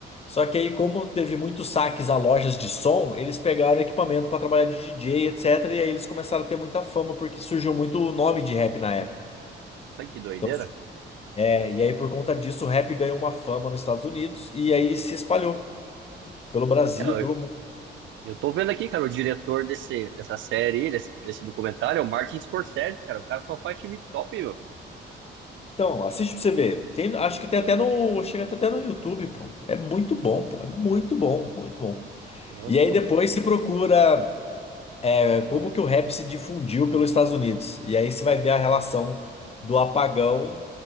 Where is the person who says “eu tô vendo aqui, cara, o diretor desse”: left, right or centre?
Right